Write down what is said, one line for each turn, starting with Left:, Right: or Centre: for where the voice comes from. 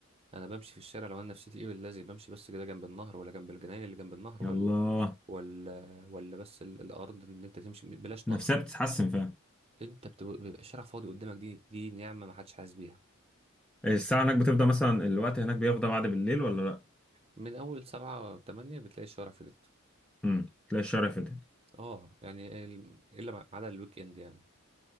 Right: أنا بمشي في الشارع لو أنا نفسيتي إيه بالذي بمشي بس كده جنب النهر ولا جنب الجناين اللي جنب النهر
Centre: يلا
Right: ولا ولا ولا بس ال- الأرض إن أنت تمشي بلاش
Centre: نفسها
Right: نهر
Centre: بتتحسن فعلا
Right: أنت بتب- بيبقى الشارع فاضي قدامك دي دي نعمة ما حدش حاسس بيها
Centre: الساعه هناك بتفضى مثلا الوقت هناك بيفضى بعد بالليل ولا لا
Right: من أول سبعة تمانية بتلاقي الشارع فضيت
Centre: امم تلاقي الشارع فاتت
Right: أه يعني ال- إلا ما ما عدا الويك إند يعني